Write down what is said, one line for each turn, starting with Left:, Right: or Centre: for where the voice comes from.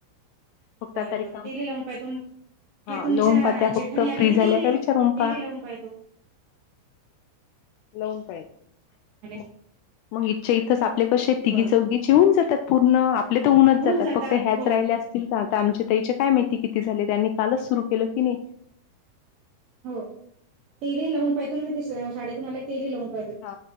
Left: फक्त
Right: बर
Left: आता रिकाम
Right: बर तिले लाऊन पायतो ह्या
Left: हा
Right: तुमच्या
Left: लावून पाहा त्या
Right: जेठानी
Left: फक्त
Right: आल्या
Left: फ्री
Right: की
Left: झाल्या
Right: ते ली
Left: का विचारून
Right: ते
Left: पहा.
Right: ली लाऊन पायतो
Left: लाऊन पाय म
Right: की
Left: मग इथच्या इथच आपले कशे तिघीचौघी
Right: बरं
Left: ची होऊन जातात पूर्ण आप ले तर हुनच
Right: होऊन
Left: जातात फक्त ह्याच
Right: हो
Left: राहिल्यास
Right: हो.
Left: तील आता आमच्या तईच्या काय माहिती किती झाले त्यांनी कालच सुरू केलं की नी
Right: हो तेलही लाऊन पायतो मी त श शाळेतुन आले तेली लाऊन
Left: हा